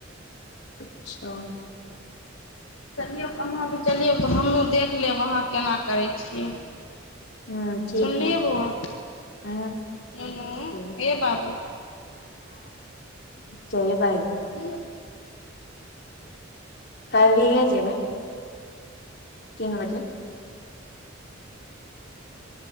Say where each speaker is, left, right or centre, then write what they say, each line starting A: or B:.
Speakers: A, on the left; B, on the left.
A: अच्छा
B: चलियौ कहाँ भी चलियौऽ हमहूँ देख लेब अहाँ केना करै छियै
A: ह ठीक
B: सुनलियै
A: ह
B: बौआ
A: ह
B: नुनू
A: हँ
B: ए बाबू
A: से भइ
B: सहीए
A: कइ भीह छै ग तीन बजे